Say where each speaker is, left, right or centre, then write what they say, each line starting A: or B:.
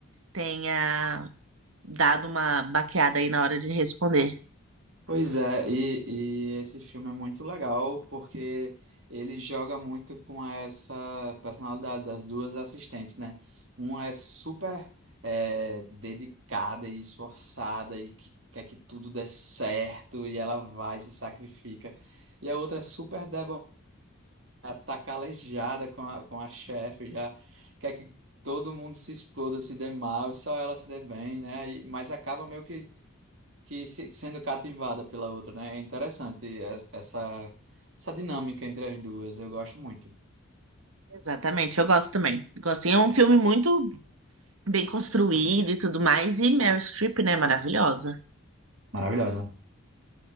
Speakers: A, on the right; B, on the right.
A: tenha dado uma baqueada aí na hora de responder.
B: Pois é, e, e esse filme é muito legal porque ele joga muito com essa personalidade das duas assistentes, né? Uma é super eh, dedicada e esforçada e que quer que tudo dê certo e ela vai e se sacrifica. E a outra é super debochada, tá calejada com a, com a chefe, já quer que todo mundo se exploda, se dê mal e só ela se dê bem, né? E- mas acaba meio que que se- sendo cativada pela outra, né? É interessante e- essa, essa dinâmica entre as duas. Eu gosto muito.
A: Exatamente, eu gosto também. Gosto, e é um filme muito bem construído e tudo mais. E Meryl Streep, né? Maravilhosa.
B: Maravilhosa.